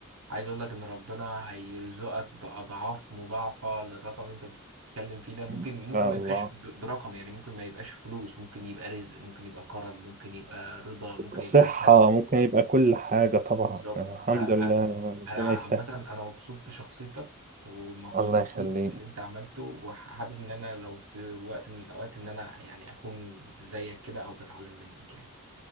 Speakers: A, on the right; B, on the right.
A: عايز اقول لك ان ربنا هيرزقك باضعاف مضاعفه للرقم اللي انت بتتكلم فيه ده ممكن
B: ان
A: ممكن
B: شاء
A: ما
B: الله
A: يبقاش ب- برقم يعني ممكن ما يبقاش فلوس ممكن يبقى رزق ممكن يبقى كرم ممكن يبقى رضا ممكن
B: صحة
A: يبقى ستر
B: ممكن يبقى كل حاجة طبعا
A: بالظبط
B: يعني الحمد
A: فانا
B: لله ربنا
A: أنا عامه
B: يسهل
A: انا مبسوط بشخصيتك ومبسوط
B: الله يخليك
A: بيك باللي انت عملته وحابب ان انا لو في وقت من الاوقات ان انا يعني اكون زيك كده او بتعلم منك يعني